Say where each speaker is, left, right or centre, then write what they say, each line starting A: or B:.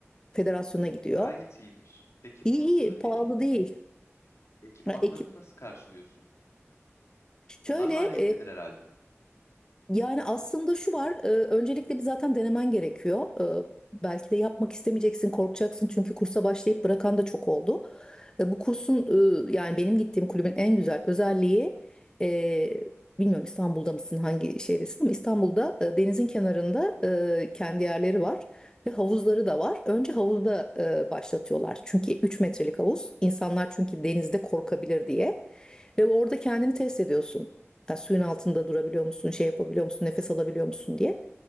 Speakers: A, on the left; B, on the left.
A: Federasyona gidiyor.
B: E, Gayet iyiymiş. Peki
A: İyi
B: bunun
A: iyi
B: e, ekip,
A: pahalı değil.
B: ekipmanlarını
A: Ya, ekip
B: nasıl karşılıyorsun?
A: Şöyle
B: Onlar maliyetlidir
A: e,
B: herhalde.
A: yani aslında şu var e, öncelikle bir zaten denemen gerekiyor. E, belki de yapmak istemeyeceksin, korkacaksın çünkü kursa başlayıp bırakan da çok oldu. E, bu kursun e, yani benim gittiğim kulübün en güzel özelliği e, bilmiyorum İstanbul'da mısın hangi şehirdesin ama İstanbul'da e, denizin kenarında e, kendi yerleri var ve havuzları da var. Önce havuzda e, başlatıyorlar çünkü 3 metrelik havuz. insanlar çünkü denizde korkabilir diye. Ve orada kendini test ediyorsun. Ya suyun altında durabiliyor musun, şey yapabiliyor musun, nefes alabiliyor musun diye.